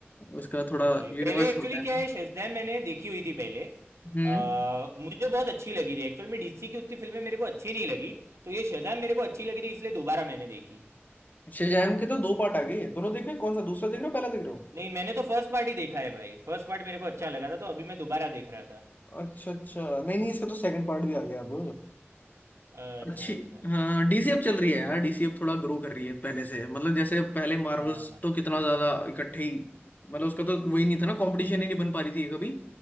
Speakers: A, on the left (about 40°); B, on the right (about 85°).
A: उसका थोड़ा
B: हाँ भाई
A: यूनिवर्स
B: पहले एक्चुअली
A: छोटा है
B: क्या है शज़ैम मैंने देखी हुई थी पहले अ,
A: हम्म
B: मुझे बहुत अच्छी लगी थी एक्चुअल में डीसी की उतनी फिल्में मेरे को अच्छी नहीं लगी तो ये शज़ैम मेरे को अच्छी लगी थी इसलिए दोबारा मैंने देखी
A: शज़ाम के तो दो पार्ट आ गए दोनों देख रहे हैं कौन सा दूसरा देख रहे हो पहला देख रहे हो
B: नहीं मैंने तो फर्स्ट पार्ट ही देखा है भाई फर्स्ट पार्ट मेरे को अच्छा लगा था तो अभी मैं दोबारा देख रहा था
A: अच्छा अच्छा नहीं नहीं इसका तो सेकंड पार्ट भी आ गया अब
B: अच्छा
A: अच्छी
B: अच्छा
A: हाँ डीसीएफ चल रही है यार डीसीएफ थोड़ा ग्रो कर रही है पहले से मतलब जैसे पहले मार्वल्स
B: हाँ
A: तो कितना ज्यादा इकट्ठे ही मतलब उसका तो वही नहीं था ना कंपटीशन ही नहीं बन पा रही थी कभी